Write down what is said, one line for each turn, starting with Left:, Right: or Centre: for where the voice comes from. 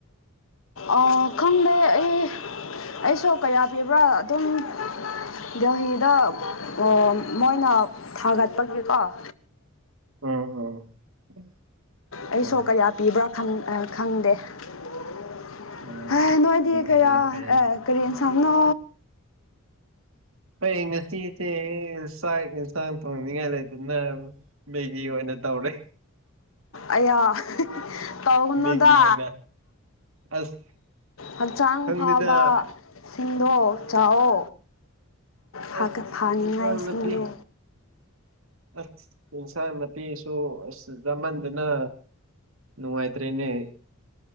Left: ꯑꯥ ꯈꯪꯗꯦ ꯑꯩ ꯑꯩꯁꯨ ꯀꯌꯥ ꯄꯤꯕ꯭ꯔꯥ ꯑꯗꯨꯝ <inaudible> ꯗꯦꯜꯂꯤꯗ ꯎꯝ ꯃꯣꯏꯅ ꯊꯥꯒꯠꯄꯒꯤꯀꯣ <inaudible>
Right: ꯎꯝ ꯎꯝ
Left: ꯑꯩꯁꯨ
Right: ꯑꯣ
Left: ꯀꯌꯥ ꯄꯤꯕ꯭ꯔꯥ ꯈꯪ ꯑꯥ ꯈꯪꯗꯦ <inaudible>
Right: ꯑꯣ
Left: ꯍꯥ ꯅꯣꯏꯗꯤ
Right: ꯑꯗꯨ ꯑꯣꯏꯔꯗꯤ
Left: ꯀꯌꯥ
Right: ꯐꯔꯦꯅꯦ
Left: ꯑꯥ ꯀꯔꯤ ꯏꯟꯁꯥꯡꯅꯣ
Right: ꯑꯩꯈꯣꯏ ꯉꯁꯤꯗꯤ ꯆꯥꯛ ꯑꯦꯟꯁꯥꯡ ꯊꯣꯡꯅꯤꯡꯉꯥꯏ ꯂꯩꯇꯗꯅ ꯃꯦꯒꯤ ꯑꯣꯏꯅ ꯅ ꯇꯧꯔꯦ
Left: ꯑꯩꯌꯥ ꯇꯧꯒꯅꯨꯗ
Right: ꯃꯦꯒꯤ ꯑꯣꯏꯅ ꯑꯁ
Left: ꯍꯛꯆꯥꯡ
Right: ꯈꯪꯗꯦꯗ
Left: ꯐꯕ ꯁꯤꯡꯗꯣ ꯆꯥꯑꯣ ꯐꯥꯒ
Right: ꯑꯁ
Left: ꯐꯥꯅꯤꯡꯉꯥꯏꯁꯤꯡꯗꯨ
Right: ꯏꯟꯁꯥꯡ ꯅꯥꯄꯤ ꯑꯁ ꯏꯟꯁꯥꯥꯡ ꯅꯥꯄꯤꯁꯨ ꯑꯁ ꯌꯥꯃꯟꯗꯅ ꯅꯨꯡꯉꯥꯏꯇ꯭ꯔꯦꯅꯦ